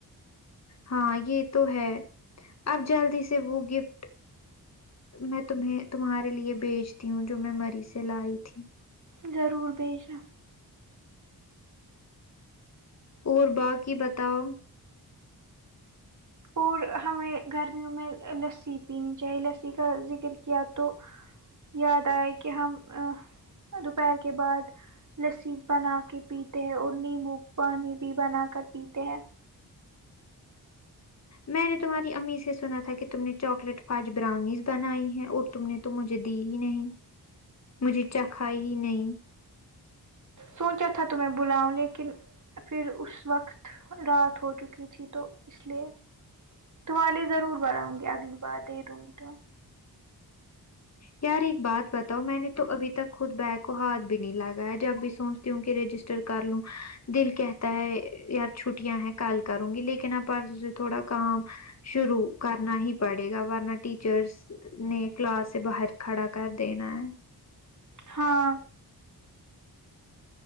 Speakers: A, on the left; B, on the right.
A: ہاں یہ تو ہے اب جلدی سے وہ گفٹ میں تمہیں تمہارے لیے بھی بیچتی ہوں جو میں مریض سے لائی تھی
B: ضرور بھیچنا
A: اور باقی بتاؤ
B: اور ہمیں گرمیوں میں لسی پینی چاہیے لسی کا ذکر کیا تو یاد آئے کہ ہم دوپہر کے بعد لسیب بنا کے پیتے ہیں اور نیمبو پانی بھی بنا کر پیتے ہیں
A: میں نے تمہاری اممی سے سنا تھا کہ تم نے چاکلیٹ فاج براؤنیز بنائی ہے اور تم نے تو مجھے دی ہی نہیں مجھے چا کھائی ہی نہیں
B: سوچا تھا تو میں بلاؤں لیکن پھر اس وقت رات ہو چکی تھی تو اس لئیے تمہارے لیے ضرور بناؤں گی اگلی بار دے دوں گی تمہیں
A: یار ایک بات بتاؤ میں نے تو ابھی تک خود بیگ کو ہاتھ بھی نہیں لگا ہے جب بھی سوچ کیونکہ رجسٹر کر لوں دل کہتا ہے یار چھٹیاں ہیں کال کروں گی لیکن آپ تھوڑا کام شرو کرنا ہی پڑے گا ورنہ ٹیچرس نے کلاس سے باہر کھڑا کر دینا ہے
B: ہاں